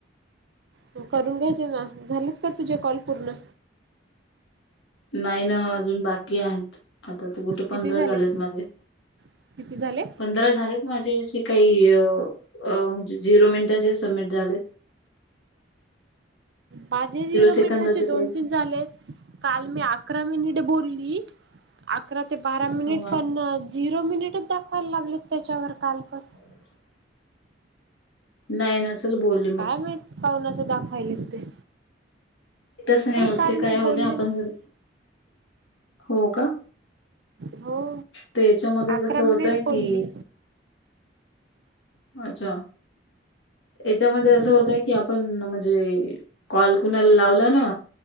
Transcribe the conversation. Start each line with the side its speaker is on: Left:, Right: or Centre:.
Right: तु करून घ्यायचे ना झालेत का तुझे कॉल पूर्ण
Left: नाही ना अजून बाकी आहे आता तू कुठे पंधरा
Right: किती झाले?
Left: झालेत माझे
Right: किती झाले?
Left: जरा झालेत माझे असे काही अ अ झिरो मिनिटाचे सबमिट झालेत
Right: माझे झिरो
Left: सेकंदाचे
Right: मिनिटाचे दोन
Left: काही
Right: तीन झालेत काल मी अकरा मिनिट बोलली अकरा ते बारा मिनिट
Left: हा
Right: पण झिरो मिनिटच दाखवायला लागलेत त्याच्यावर काल पण
Left: <inaudible> नाही नसल बोल.
Right: काय नाही पाहनाचं दाखवायला ते
Left: तसे नाही हो
Right: काल
Left: ते काय
Right: मी
Left: होते
Right: बोलली
Left: आपण
Right: ना.
Left: जर हो का.
Right: हो
Left: त्यांच्यामध्ये
Right: अकरा
Left: कस होतय
Right: मिनिट बोलली.
Left: कि अच्छा! याच्यामध्ये असं
Right: हो
Left: होतय की आपण म्हणजे कॉल कुणाला लावला ना